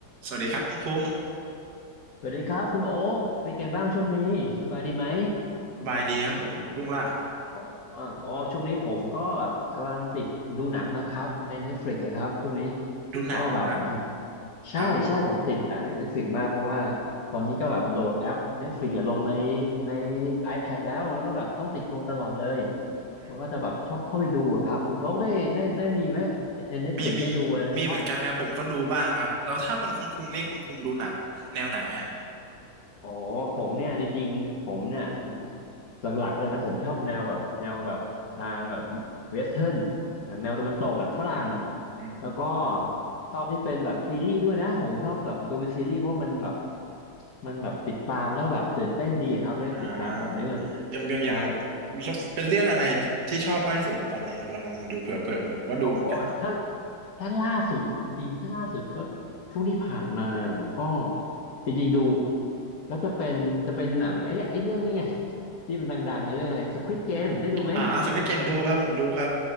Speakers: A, on the right (about 70°); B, on the left (about 60°).
A: สวัสดีครับคุณคุ้ง
B: สวัสดีครับคุณโอ๊คเป็นไงบ้างช่วงนี้สบายดีไหม
A: สบายดีครับผมคุ้งล่ะ
B: โอ้โออ๋ออ๋อช่วงนี้ผมก็แบบกำลังติดดูหนังนะครับใน
A: เอ่อ
B: Netflix อะครับช่วงนี้
A: ดูหนังเหรอนะ
B: ก็แบบอื้อหือใช่ใช่ผมติดหนังใน
A: ครับ
B: Netflix มากเพราะว่าตอนนี้ก็แบบโหลดแอป Netflix อะลงในใน iPad แล้วแล้วก็แบบต้องติดตัวตลอดเลย
A: อืม
B: มันก็จะแบบชอบเข้าไปดูอะครับคุณโอ๊คได้ได้ได้มีไหมในใน Netflix
A: มีมี
B: ได้ดูอะไรไหมครับ
A: มีเหมือนกันครับผมก็ดูบ้างครับแล้วถ้าเป็นคุณคุ้งนี่คุณคุ้งดูหนังแนวไหนฮะ
B: อ๋อ อ๋อผมเนี่ยจริงๆผมเนี่ยจริงๆหลักๆแล้วผมชอบแนวแบบแนวแบบทางแบบเวสเทิร์นหนังแนวตะวันตกหนังฝรั่ง
A: อืม
B: แล้วก็ชอบที่เป็นแบบซีรีส์ด้วยนะผมชอบแบบดูเป็นซีรีส์เพราะมันแบบมันแบบติดตามแล้วแบบตื่นเต้นดีอะครับได้ติดตามต่อเนื่อง
A: อ่ายังยังยัง
B: ใช่
A: เป็นเรื่องอะไรที่ชอบมากที่สุดกับตอนนี้ลองลองมาดูเผื่อเผื่อผมก็ดูเหมือนกันเนาะ
B: โอ้ถ้า ถ้าล่าสุดจริงๆถ้าล่าสุดก็ช่วงที่ผ่านมาก็จริงๆดูก็จะเป็นจะเป็นหนังไอ้เนี่ยไอ้เรื่องนี้ไงที่มันดังๆนะเรื่องอะไร Squid Game ได้ดูไหมคุณโอ๊ค
A: อ่าสควิดเกมดูครับผมดูครับ